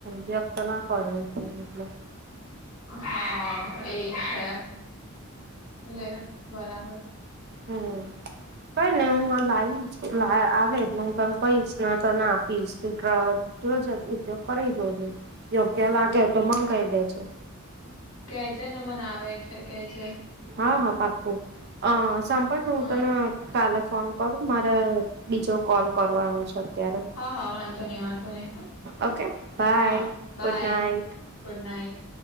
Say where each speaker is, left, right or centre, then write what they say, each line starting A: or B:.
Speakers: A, on the right; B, on the left.
A: વ્યક્ત ના કરે એટલે.
B: હા એ છે, લે બરાબર!
A: હમ કાઈ નઈ હું લાવીશ, લાયા આવે હમ! તમ કઈ <inaudible> હિસ ના આપુ <inaudible> જો જે ઉપયોગ કરી જો જે યોગ્ય લાગે તો, મંગાઈ દેજે
B: કે છે ને મને આવે એટલે કે છે.
A: હા હા પાક્કું અ સંભળ
B: હા
A: નું હું
B: હા
A: તને કાલે ફોન કરું મારા બીજો કોલ કરવાનો છે અત્યારે
B: હા વાંધો નહી વાંધો નહી
A: ઓકે bye
B: હા બાય
A: good night.
B: Good night